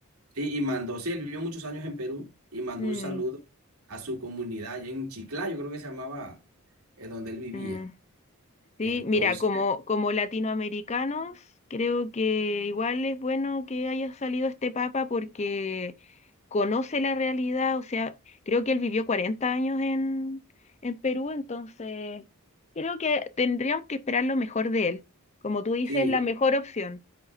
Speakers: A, on the right (about 85°); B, on the left (about 30°).
A: Sí, y mandó, sí, él vivió muchos años en Perú y mandó
B: Mm,
A: un saludo a su comunidad allá en Chiclayo, creo que se llamaba eh, donde él vivía.
B: mm.
A: Entonces,
B: Sí, mira, como, como latinoamericanos, creo que igual es bueno que haya salido este papa porque conoce la realidad, o sea, creo que él vivió 40 años en, en Perú, entonces creo que tendríamos que esperar lo mejor de él. Como tú dices,
A: sí,
B: la mejor opción.